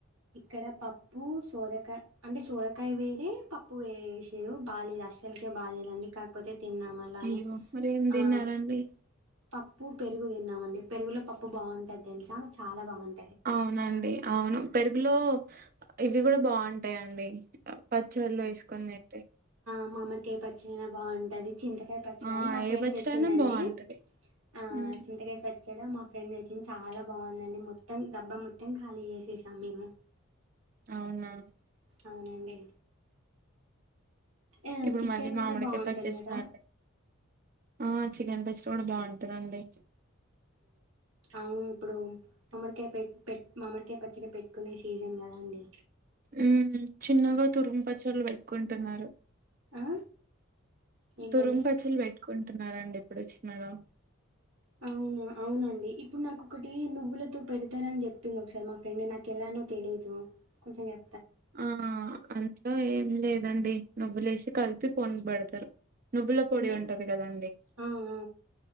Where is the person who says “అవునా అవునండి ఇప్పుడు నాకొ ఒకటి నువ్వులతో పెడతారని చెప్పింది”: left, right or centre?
Right